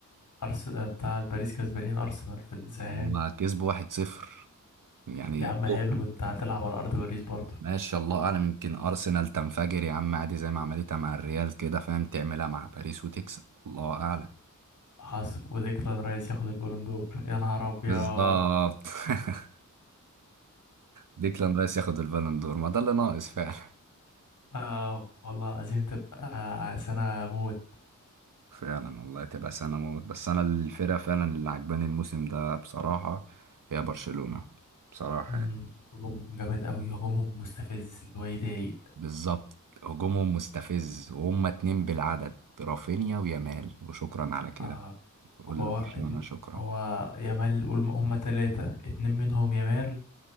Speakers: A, on the left; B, on the right.
A: أرس... بتاع باريس كسبانين ارسنال في الذهاب
B: هما كسبوا 1-0 يعني
A: يا عم حلو انت هتلعب على ارض باريس برضه
B: ماشي الله اعلم يمكن ارسنال تنفجر يا عم عادي زي ما عملتها مع الريال كده فاهم تعملها مع باريس وتكسب الله اعلم
A: حصل وديكلان رايس ياخد البالون دور يا نهار ابيض
B: بالظبط <laughs> ديكلان رايس ياخد البالون دور ما ده اللي ناقص فعلا
A: آه والله العظيم تبقى سنة موت
B: فعلا والله تبقى سنة موت بس أنا الفرقة فعلا اللي عجباني الموسم ده بصراحة هي برشلونة بصراحة
A: مم،
B: يعني
A: هجومهم جامد قوي هجومهم مستفز اللي هو يضايق
B: بالظبط هجومهم مستفز وهم اتنين بالعدد رافينيا ويامال وشكرا على كده
A: آه
B: قول
A: هو
B: لبرشلونة
A: اتن-
B: شكرا
A: هو يامال قول هما تلاتة اتنين منهم يامال